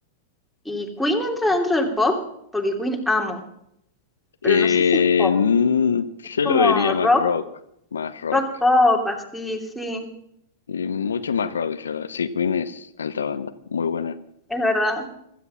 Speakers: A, in the centre; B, on the left (about 80°).
A: y Queen entra dentro del pop, porque Queen amo,
B: Eh,
A: pero no sé si es pop,
B: mm,
A: es
B: yo
A: como
B: lo vería
A: rock,
B: más rock, más rock.
A: rock pop, así, sí,
B: Y mucho más rock, yo lo- Sí, Queen es alta banda, muy buena.
A: es verdad.